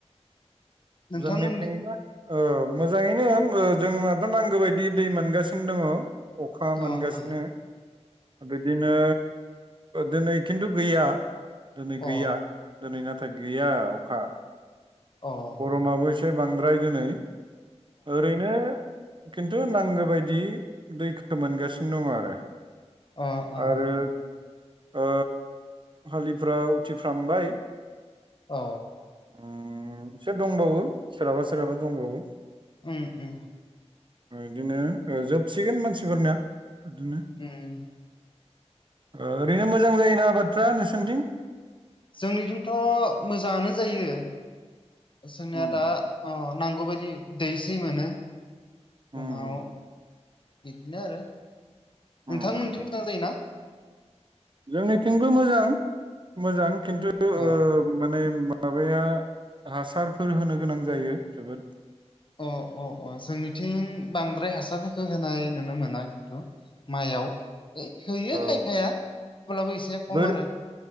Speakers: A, on the left; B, on the right.
A: नोंथांमोन
B: जोंनिथिंबो ओ मोजाङैनो जोंनाथ' नांगौ बायदि दै मोनगासिनो दङ अखा मोनगासिनो
A: अ अ
B: बिदिनो दिनै खिन्थु गैया दिनै गैया
A: अ
B: दिनै नाथाय गैया अखा
A: अ
B: गरमाबो एसे बांद्राय दोनै ओरैनो खिन्थु नांगौ बायदि दैखौ मोनगासिनो दङ आरो
A: अ अ
B: आरो ओ हलिफ्रा उथिफ्रामबाय
A: अ
B: उम एसे दंबावो सोरहाबा सोरहाबा दंबावो
A: उम उम
B: इदिनो ओ जोबसिगोन मानसिफोरनिया ओदिनो
A: उम
B: ओरैनो मोजां जायोना आबादफ्रा नोंसोरनिथिं
A: जोंनिथिथ' मोजाङानो जायो जोंना
B: उम
A: दा अ नांगौ बायदि दै एसे मोनो
B: उम
A: उनाव
B: उम
A: बिदिनो आरो नोंथांमोनिथिं
B: उम उम
A: मोजां जायोना
B: जोंनिथिंबो मोजां मोजां खिन्थु ओ
A: अ
B: माने माबाया हासारफोर होनो गोनां जायो जोबोद
A: अ अ अ जोंनिथिं बांद्राय हासारफोरखौ होनाय नुनो मोना खिन्थु माइआव हैयो
B: ओ
A: खायफाया होनब्लाबो एसे खम
B: बोर
A: आरो